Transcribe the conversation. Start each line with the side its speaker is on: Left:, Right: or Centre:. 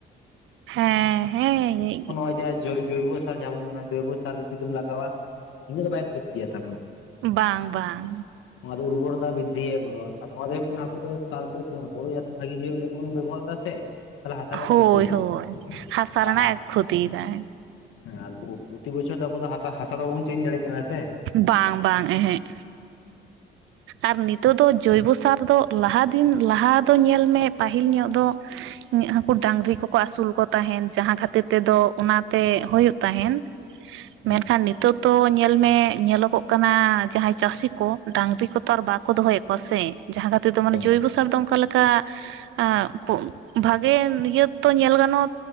Right: ᱦᱮᱸ ᱦᱮᱸ ᱤᱭᱟᱹᱮᱜ ᱜᱮᱭᱟ
Left: ᱡ ᱡᱨᱚᱵ ᱡᱚᱭᱵᱚᱚᱥᱟᱨ ᱡᱟᱦᱟᱸ ᱵᱚᱱ ᱢᱮᱱᱟ ᱡᱚᱭᱵᱚᱚᱥ ᱥᱟᱨ ᱡᱩᱫᱤᱢ ᱞᱟᱜᱟᱣᱟ ᱤᱱᱟᱹᱜ ᱫᱚ ᱵᱟᱭ ᱠᱷᱚᱛᱤ ᱜᱮᱭᱟ ᱛᱟᱱ
Right: ᱵᱟᱝ ᱵᱟᱝ
Left: ᱱᱚᱣᱟ ᱫᱚ ᱩᱨᱵᱚᱨᱚᱛᱟ ᱵᱤᱫᱫᱤᱭᱟᱭ ᱵᱚᱨᱚ ᱱᱚᱣᱟ ᱫᱚ ᱦᱩᱭᱩᱜ ᱵᱷᱟᱜᱤ ᱦᱩᱭᱩᱜᱼᱟ ᱞᱟᱹᱜᱤᱫ ᱵ ᱵᱮᱵᱚᱦᱟᱨ ᱛᱟ ᱥᱮ ᱛᱟᱦᱚᱞᱮ ᱦᱟᱥᱟ ᱨᱮᱭᱟᱜ
Right: ᱦᱳᱭ
Left: ᱠᱷᱚᱛᱤᱭᱮᱫᱟᱭ
Right: ᱦᱳᱭ ᱦᱟᱥᱟ ᱨᱮᱱᱟᱜ
Left: ᱟᱨ
Right: ᱮ ᱠᱷᱚᱛᱤᱭᱮᱫᱟᱭ
Left: ᱟᱨ ᱯᱨᱚᱛᱤ ᱵᱚᱪᱷᱚᱨ ᱟᱵᱚ ᱦᱟᱛᱟ ᱦᱟᱥᱟ ᱫᱚ ᱵᱟᱵᱚᱱ ᱪᱮᱧᱡ ᱫᱟᱲᱭᱟᱜ ᱠᱟᱱᱟ ᱥᱮ
Right: ᱵᱟᱝ ᱵᱟᱝ ᱮᱦᱮᱜ ᱟᱨ ᱱᱤᱛᱚᱜ ᱫᱚ ᱡᱳᱵᱚ ᱥᱟᱨ ᱫᱚ ᱞᱟᱦᱟ ᱫᱤᱱ ᱞᱟᱦᱟ ᱫᱚ ᱧᱮᱞ ᱢᱮ ᱯᱟᱹᱦᱤᱞ ᱧᱚᱜ ᱫᱚ ᱤᱧᱟᱹᱜ ᱦᱟᱹᱠᱩ ᱰᱟᱝᱝᱨᱤ ᱠᱚᱠᱚ ᱟᱹᱥᱩᱞ ᱠᱚ ᱛᱟᱦᱮᱱ ᱡᱟᱦᱟᱸ ᱠᱷᱟᱹᱛᱤᱨ ᱛᱮᱫᱚ ᱚᱱᱟᱛᱮ ᱦᱩᱭᱩᱜ ᱛᱟᱦᱮᱱ ᱢᱮᱱᱠᱷᱟᱱ
Left: ᱦᱮᱸ
Right: ᱱᱤᱛᱚᱜ ᱛᱚ ᱧᱮᱞ ᱢᱮ ᱧᱮᱞᱚᱜᱚᱜ ᱠᱟᱱᱟ ᱡᱟᱦᱟᱸᱭ ᱪᱟᱥᱤ ᱠᱚ ᱰᱟᱹᱝᱨᱤ ᱠᱚ ᱛᱚ ᱟᱨ ᱵᱟᱠᱚ ᱫᱚᱦᱚᱭᱮᱫ ᱠᱚᱣᱟ ᱥᱮ ᱡᱟᱦᱟᱸ ᱠᱷᱟᱹᱛᱤᱨ ᱫᱚ ᱢᱟᱱᱮ
Left: ᱵᱟᱝ
Right: ᱡᱳᱭᱵᱚ ᱥᱟᱨ ᱫᱚ ᱚᱱᱠᱟ ᱞᱮᱠᱟ <unintelligible> ᱵᱷᱟᱜᱮ ᱤᱭᱟᱹ ᱛᱚ ᱧᱮᱞ ᱜᱟᱱᱚᱜᱼᱟ